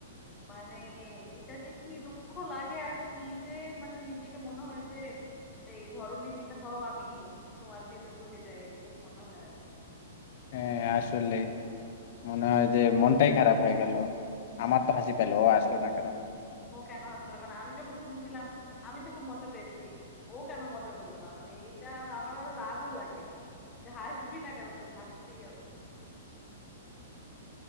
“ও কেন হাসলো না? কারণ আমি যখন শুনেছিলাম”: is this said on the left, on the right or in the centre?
Left